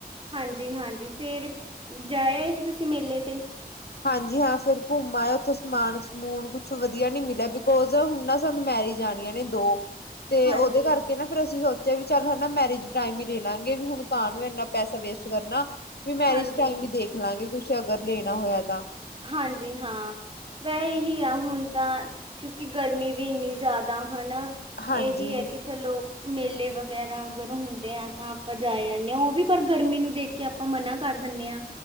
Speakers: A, on the right; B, on the left.
A: ਹਾਂਜੀ ਹਾਂਜੀ ਫੇਰ ਜਾਇਆ ਤੇ ਸੀ ਤੁਸੀਂ ਮੇਲੇ ਤੇ
B: ਹਾਂਜੀ ਹਾਂ, ਫਿਰ ਘੁੰਮਾਂ ਉੱਥੋਂ ਸਮਾਨ ਸਮੂਨ ਕੁਛ ਵਧੀਆ ਨੀਂ ਮਿਲਿਆ ਬਿਕੋਜ ਹੁਣ ਨਾ ਸਾਨੂੰ ਮੈਰਿਜ ਆਣੀਆਂ ਨੇਂ ਦੋ ਤੇ
A: ਹਾਂਜੀ,
B: ਉਹਦੇ ਕਰਕੇ ਨਾ ਫੇਰ ਅਸੀਂ ਸੋਚ ਵੀ ਚੱਲ ਹਨਾਂ ਮੈਰਿਜ ਟਾਈਮ ਹੀ ਲੈ ਲਾਂਗੇ ਵੀ ਹੁਣ ਕਾਹ ਨੂੰ ਇੰਨਾ ਪੈਸਾ ਵੇਸਟ ਕਰਨਾ। ਵੀ ਮੈਰਿਜ
A: ਹਾਂਜੀ,
B: ਟਾਈਮ ਹੀ ਦੇਖ ਲਾਂਗੇ ਕੁਛ ਅਗਰ ਲੈਣਾ ਹੋਇਆ ਤਾਂ
A: ਹਾਂਜੀ ਹਾਂ ਵੈ ਇਹੀ ਆ ਹੁਣ ਤਾਂ ਕਿਉਂਕਿ ਗਰਮੀ ਵੀ ਇੰਨੀ ਜ਼ਿਆਦਾ ਹਨਾਂ
B: ਹਾਂਜੀ
A: ਇਹੀ ਏਕਿ ਚਲੋ ਮੇਲੇ ਵਗੈਰਾ ਅਗਰ ਹੁੰਦੇ ਆ ਤਾਂ ਆਪਾਂ ਜਾ ਆਣੇ ਆਂ, ਉਹ ਵੀ ਪਰ ਗਰਮੀ ਨੂੰ ਦੇਖ ਕੇ ਆਪਾਂ ਮਨਾਂ ਕਰ ਦਿੰਨੇ ਆਂ।